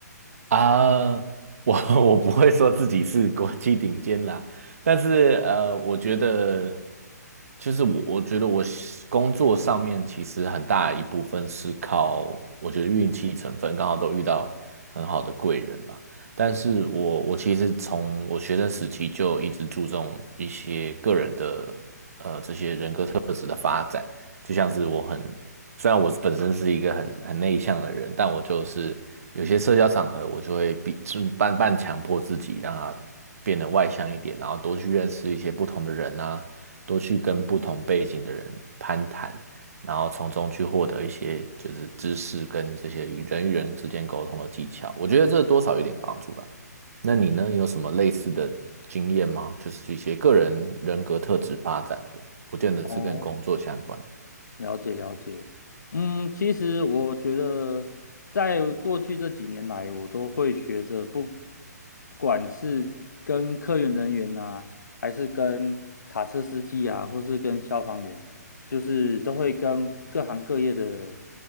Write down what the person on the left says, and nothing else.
哦。了解了解，嗯，其实我觉得在过去这几年来，我都会学着不，不管是跟科研人员呐、还是跟卡车司机啊，或是跟消防员，就是都会跟各行各业的